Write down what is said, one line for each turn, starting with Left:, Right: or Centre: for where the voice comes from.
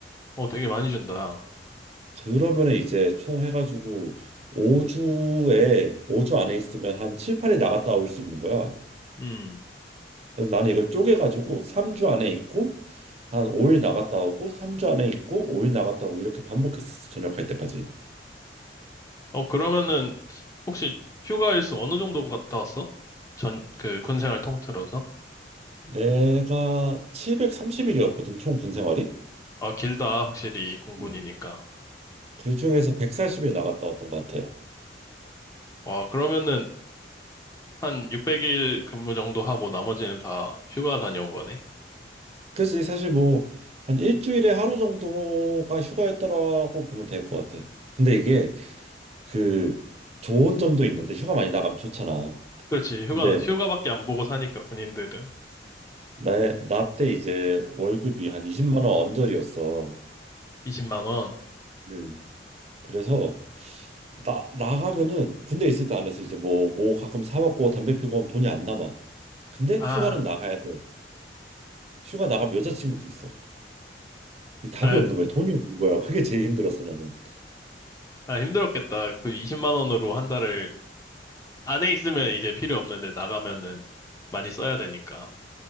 Left: 어, 되게 많이 준다.
Right: 그러면은 이제 총 해가지고 5주에 5주 안에 있으면 한 7, 8일 나갔다 올 수 있는 거야.
Left: 음.
Right: 그래서 나는 이걸 쪼개가지고 3주 안에 있고 한 5일 나갔다 오고 3주 안에 있고 5일 나갔다 오고 이렇게 반복했었어. 저녁 갈 때까지.
Left: 어, 그러면은, 혹시 휴가 일수 어느 정도 갔다 왔어? 전, 그, 군 생활 통틀어서?
Right: 내가 730일이었거든 총 군 생활이.
Left: 아, 길다. 확실히, 공군이니까.
Right: 음. 그 중에서 140일 나갔다 왔던 것 같아.
Left: 와, 그러면은, 한 600일 근무 정도 하고 나머지는 다 휴가 다녀온 거네?
Right: 그치 사실 뭐 한 일주일에 하루 정도가 휴가였더라고 보면 될 것 같아. 근데 이게 그 좋은 점도 있는데 휴가 많이 나가면 좋잖아.
Left: 그렇지. 휴가,
Right: 근데
Left: 휴가밖에 안 보고 사니까, 군인들은.
Right: 나의 나 때 이제 월급이 한 20만 원 언저리였어.
Left: 20만 원.
Right: 음. 그래서 나 나가면은 군대 있을 때 안에서 이제 뭐 뭐 가끔 사 먹고 담배 피고 하면 돈이 안 남아. 근데
Left: 아,
Right: 휴가는 나가야 돼. 휴가 나가면 여자친구도 있어. 이 답이
Left: 아,
Right: 없는 거야. 돈이 없는 거야. 그게 제일 힘들었어 나는.
Left: 아, 힘들었겠다. 그 20만 원으로 한 달을 안에 있으면 이제 필요 없는데 나가면은 많이 써야 되니까.